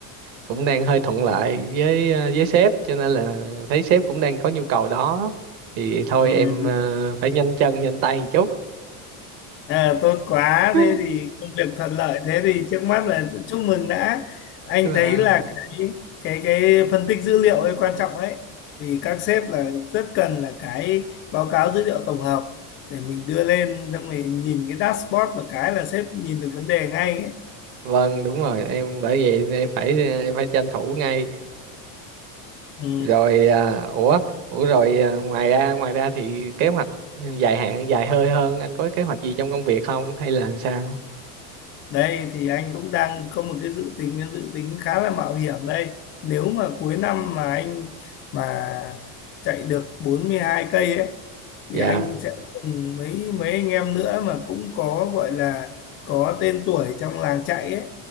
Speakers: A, on the right; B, on the left.
A: cũng đang hơi thuận lợi với ờ, với sếp cho nên là thấy sếp cũng đang có nhu cầu đó thì thôi
B: ừm,
A: em ờ, phải nhanh chân nhanh tay một chút
B: à, tốt quá.
A: <laughs>
B: Thế thì công việc thuận lợi. Thế thì trước mắt là chúc mừng đã. Anh
A: vâng
B: thấy là cái cái cái phân tích dữ liệu ấy quan trọng ấy. Vì các sếp là rất cần là cái báo cáo dữ liệu tổng hợp để mình đưa lên xong rồi nhìn cái dashboard một cái là sếp nhìn được vấn đề ngay ấy.
A: vâng đúng rồi em bởi vậy em phải ờ, em phải tranh thủ ngay
B: Ừ.
A: rồi à, ủa ủa rồi à, ngoài ra ngoài ra thì kế hoạch dài hạn dài hơi hơn anh có kế hoạch gì trong công việc không hay là làm sao
B: Đây thì anh cũng đang có một cái dự tính cái dự tính khá là mạo hiểm đây. Nếu mà cuối năm mà anh mà chạy được 42 cây ấy thì
A: dạ
B: anh sẽ cùng mấy mấy anh em nữa mà cũng có gọi là có tên tuổi trong làng chạy ấy